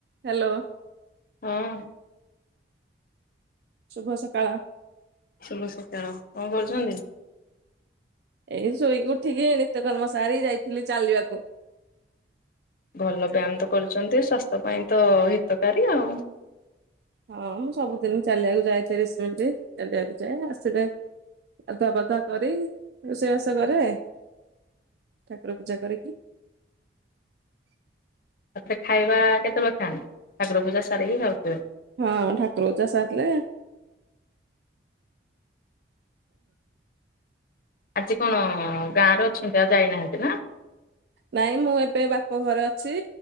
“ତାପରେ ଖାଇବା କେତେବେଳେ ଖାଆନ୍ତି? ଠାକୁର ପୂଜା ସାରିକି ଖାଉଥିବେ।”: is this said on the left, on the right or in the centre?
Left